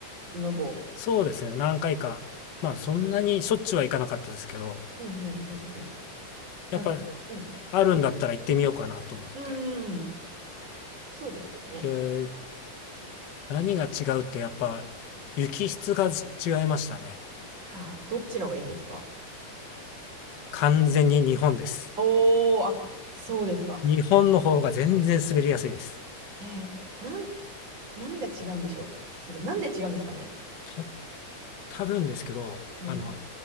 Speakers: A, on the right; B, on the left.
A: スノボ
B: そうですね、何回か。まあ、そんなにしょっちゅうは行かなかったですけど、
A: ー。うんうんうんうん。
B: やっぱ、
A: なのか、うん。
B: あるんだったら行ってみようかなと思って。
A: うーん。そうですよね。
B: で、何が違うって、やっぱ、雪質が違いましたね。
A: あー、どっちの方がいいんですか
B: 完全に日本です。
A: おー、あ、そうですか。
B: 日本の方が全然滑りやすいです。
A: えー、なん、何が違うんでしょうそれ、なんで違うんですかね
B: た、多分ですけど、
A: うん。
B: あの、